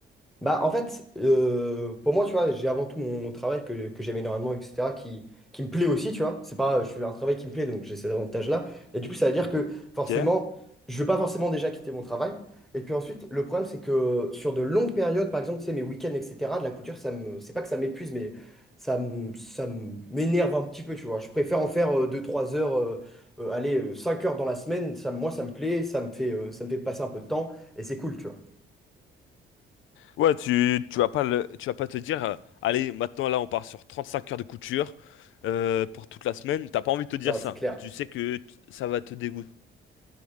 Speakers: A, in the centre; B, on the left (about 80°).
A: Bah, en fait, euh, pour moi, tu vois, j'ai avant tout mon, mon travail que, que j'aime énormément, etc., qui, qui me plaît aussi, tu vois. C'est pas, je fais un travail qui me plaît, donc j'ai cet avantage-là. Et du coup, ça veut dire que forcément,
B: Ok.
A: je veux pas forcément déjà quitter mon travail. Et puis ensuite, le problème, c'est que sur de longues périodes, par exemple, tu sais, mes week-ends, etc., de la couture, ça me, c'est pas que ça m'épuise, mais ça me, ça me- m'énerve un petit peu, tu vois. Je préfère en faire euh, deux trois heures, euh, euh, allez, 5 heures dans la semaine. Ça, moi, ça me plaît, ça me fait, euh, ça me fait passer un peu de temps, et c'est cool, tu vois.
B: Ouais, tu, tu vas pas le, tu vas pas te dire, euh, allez, maintenant là, on part sur 35 heures de couture euh, pour toute la semaine. T'as pas envie de te dire
A: Non,
B: ça.
A: c'est clair.
B: Tu sais que t- ça va te dégoûter